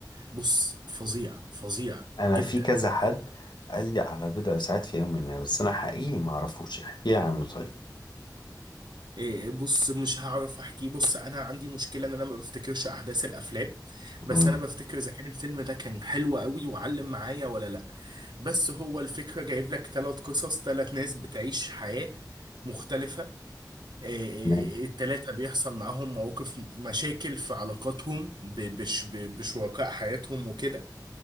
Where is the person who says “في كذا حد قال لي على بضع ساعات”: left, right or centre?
Left